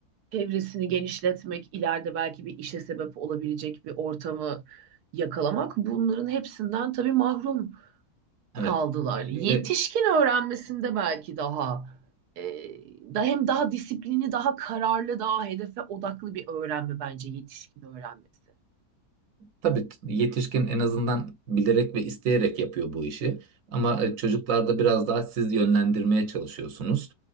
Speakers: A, on the right; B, on the right.
A: çevresini genişletmek, ileride belki bir işe sebep olabilecek bir ortamı yakalamak, bunların hepsinden tabii mahrum
B: Evet.
A: kaldılar.
B: Şimdi
A: Yetişkin öğrenmesinde belki daha e, da hem daha disiplinli, daha kararlı, daha hedefe odaklı bir öğrenme bence yetişkin öğrenmesi.
B: Tabii t- yetişkin en azından bilerek ve isteyerek yapıyor bu işi. Ama e, çocuklarda biraz daha siz yönlendirmeye çalışıyorsunuz.